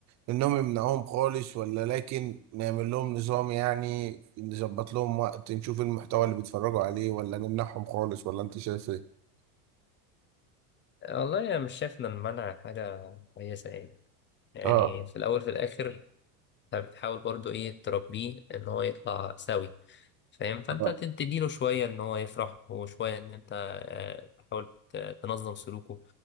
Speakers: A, on the right; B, on the left.
A: انهم يمنعوهم خالص ولا لكن نعمل لهم نظام يعني نظبط لهم وقت نشوف المحتوى اللي بيتفرجوا عليه ولا نمنعهم خالص ولا انت شايف ايه
B: آه، والله أنا مش شايف إن المنع حاجة كويسة يعني يعني
A: اه
B: في الأول في الآخر أنت بتحاول برضو إيه تربيه إن هو يطلع سوي فاهم فأنت
A: آه.
B: ت- تديله شوية إن هو يفرح وشوية إن أنت آه تحاول ت- تنظم سلوكه